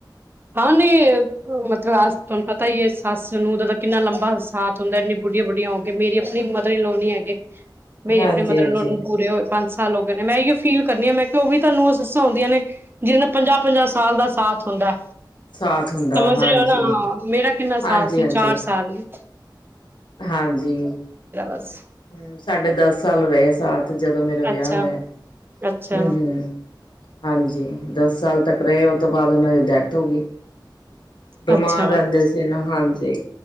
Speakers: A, on the right; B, on the left.
A: <unintelligible> ਏ ਪੂਰੀ ਕਲਾਸ ਵਿੱਚੋ ਪਤਾ ਹੀ ਏ ਸੱਸ ਨੂੰ ਕਿੰਨਾ ਲੰਬਾ ਸਾਥ ਹੁੰਦਾ ਐੰਨੀ ਬੁੱਢੀਆਂ -ਬੁੱਢੀਆਂ ਹੋ ਕੇ ਮੇਰੀ ਆਪਣੀ ਮਦਰ ਇਨ ਲੋ ਨੀ ਹੈਗੇ। ਮੇਰੀ
B: ਹਾਂਜੀ
A: ਆਪਣੀ ਮਦਰ
B: ਹਾਂਜੀ
A: ਇਨਲੋ ਨੂੰ ਪੂਰੇ ਹੋ ਪੰਜ ਸਾਲ ਹੋ ਗਏ ਨੇ, ਮੈਂ ਏਓ ਫੀਲ ਕਰਨੀ ਮੈਂ ਕਿਹਾ ਉਹ ਵੀ ਤਾ ਨੂੰਆ ਸੱਸਾ ਹੁੰਦੀਆਂ ਨੇ ਜਿਨਦਾ ਪੰਜਾਹ, ਪੰਜਾਹ ਸਾਲ ਦਾ ਸਾਥ ਹੁੰਦਾ ਐ।
B: ਸਾਥ ਹੁੰਦਾ
A: ਸਮਝ
B: ਹਾਂਜੀ
A: ਏਲੋ ਮੇਰਾ ਕਿੰਨਾ
B: ਹਾਂਜੀ
A: ਸਾਥ ਸੀ
B: ਹਾਂਜੀ
A: ਚਾਰ ਸਾਲ ਈ।
B: ਹਾਂਜੀ,
A: ਬਸ
B: ਹੂੰ ਸਾਡੇ ਦਸ ਸਾਲ ਰਹੇ ਸਾਥ। ਤੇ ਜਦੋਂ ਮੇਰਾ
A: ਅੱਛਾ
B: ਵਿਆਹ ਹੋਇਆ।
A: ਅੱਛਾ
B: ਹੂੰ ਹੂੰ ਹਾਂਜੀ। ਦਸ ਸਾਲ ਤੱਕ ਰਹੇ ਉਹ ਤੋਂ ਬਾਅਦ ਉਹਨਾਂ ਦੀ ਡੈਥ ਹੋ ਗਈ। ਬਿਮਾਰ
A: ਅੱਛਾ
B: ਰਹਿੰਦੇ ਸੀ ਨਾ, ਹਾਂਜੀ।